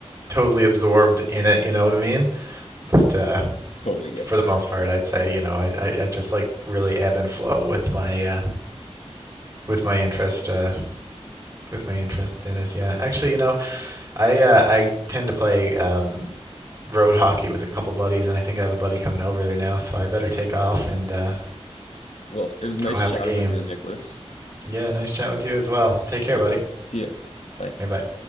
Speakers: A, on the right; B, on the left.
A: totally absorbed in it, you know what I mean? But uh
B: totally get
A: for
B: that.
A: the most part I'd say, you know, I I, I just like really ebb and flow with my uh with my interest uh with my interest in it. Yeah. Actually, you know, I uh, I tend to play um, road hockey with a couple buddies, and I think I have a buddy coming over there now, so I better take off and uh,
B: Well, it was nice
A: go have
B: chatting
A: a game.
B: with you, Nicholas.
A: Yeah, nice chat with you as well. Take care,
B: All
A: buddy.
B: right. See ya. Bye.
A: Bye bye.